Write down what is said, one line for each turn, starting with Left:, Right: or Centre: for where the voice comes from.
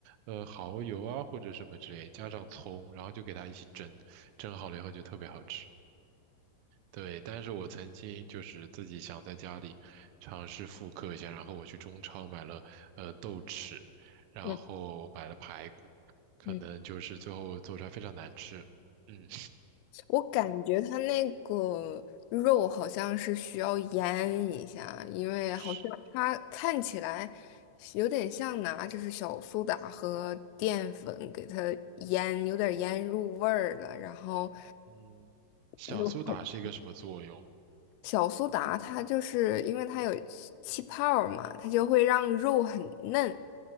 Right: 呃，蚝油啊或者什么之类，加上葱，然后就给它一起蒸，蒸好了以后就特别好吃。对，但是我曾经就是自己想在家里尝试复刻一下，然后我去中超买了呃豆豉，然后买了排骨，
Left: 嗯
Right: 可能就是最后做出来非常难吃。
Left: 嗯，
Right: 嗯，
Left: 我感觉它那个肉好像是需要腌一下，因为好像它看起来
Right: <laughs> 是。
Left: 有点像拿就是小苏打和淀粉给它腌，有点腌入味儿了，然后。
Right: 嗯小苏打是一个什么作用？
Left: 又小苏打它就是因为它有气气泡儿嘛，它就会让肉很嫩。